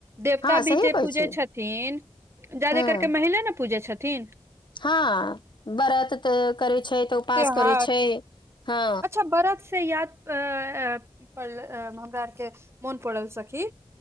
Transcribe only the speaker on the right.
देवता
भी
जे
पूजै
छथिन। ज्यदे
करके महिला ने पूजै छथिन।
त्योहार
<unintelligible> से याद पड़ल हमरा आरके मोन पड़ल सखी